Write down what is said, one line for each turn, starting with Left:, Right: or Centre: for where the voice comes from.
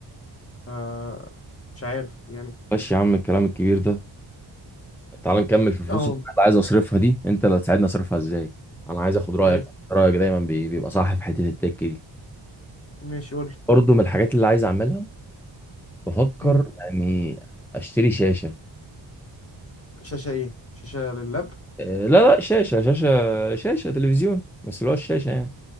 Left: ف مش عارف يعني
Centre: ماشي يا عم الكلام الكبير ده تعال نكمل في الفلوس
Left: اه
Centre: اللي أنا عايز أصرفها دي أنت اللي هتساعدني أصرفها إزاي أنا عايز أخد رأيك
Left: ماشي
Centre: رأيك دايما بي... بيبقى صح في حتة التك دي
Left: ماشي قول لي.
Centre: برضه من الحاجات اللي عايز أعملها بفكر
Left: امم
Centre: يعني أشتري شاشة
Left: شاشه ايه شاشه لللاب
Centre: إيه، لا لا شاشة شاشة شاشة تلفزيون بس اللي هو الشاشة يعني